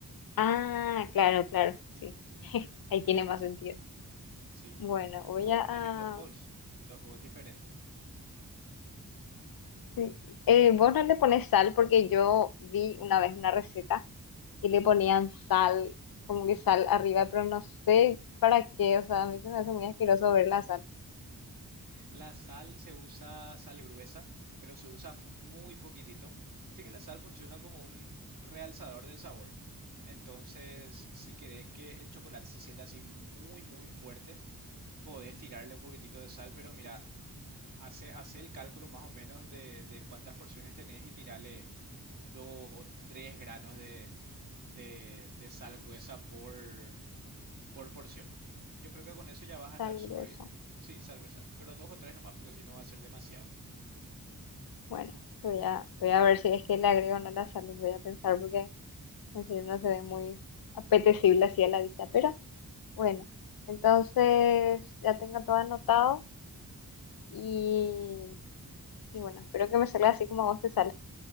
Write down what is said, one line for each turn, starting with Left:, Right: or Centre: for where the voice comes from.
Left: Ah, claro, claro, sí. <laughs> Ahí tiene más sentido.
Right: Sí,
Left: Bueno,
Right: así mismo.
Left: voy
Right: O
Left: a...
Right: pones
Left: a-
Right: en dos bowls, en dos bowls diferentes.
Left: sí. Eh, vos no le pones sal porque yo vi una vez una receta y le ponían sal, como que sal arriba, pero no sé para qué, o sea, a mí se me hace muy asqueroso ver la sal.
Right: La sal se usa sal gruesa, pero se usa muy poquitito. Viste que la sal funciona como un realzador del sabor. Entonces, si querés que el chocolate se sienta así muy, muy fuerte, podés tirarle un poquitito de sal, pero mira, hace, hace el cálculo más o menos de, de cuántas porciones tenés y tirarle dos o tres granos de, de- de sal gruesa por, por porción. Yo creo que con eso ya vas a estar
Left: Sal
Right: súper
Left: gruesa.
Right: bien. Sí, salvo sal gruesa, pero dos o tres nomás, porque si no va a ser demasiado.
Left: Bueno, voy a, voy a ver si es que le agrego o no la sal, voy a pensar porque en serio no se ve muy apetecible así a la vista, pero... Bueno, entonces ya tengo todo anotado y, y bueno, espero que me salga así como a vos te sale,